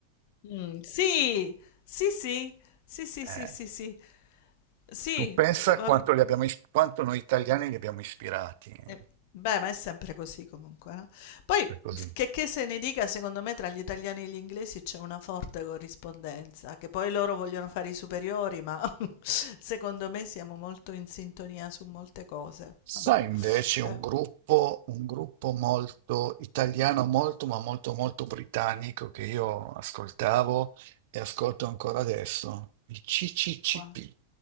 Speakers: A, on the left (about 45°); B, on the right (about 50°).
A: Mm, sì, sì, sì, sì, sì,
B: Eh,
A: sì, sì, sì, sì,
B: tu pensa
A: va-
B: quanto, li abbiamo is- quanto noi italiani li abbiamo ispirati, eh,
A: Eh, Beh, ma è sempre così comunque, no? Poi,
B: per così.
A: f- che, che se ne dica, secondo me tra gli italiani e gli inglesi c'è una forte corrispondenza, che poi loro vogliono fare i superiori, ma <laughs> secondo me siamo molto in sintonia su molte cose.
B: Sai
A: Vabbè,
B: invece un
A: eh,
B: gruppo, un gruppo molto italiano, molto ma molto molto britannico che io ascoltavo e ascolto ancora adesso, i CCCP.
A: qua.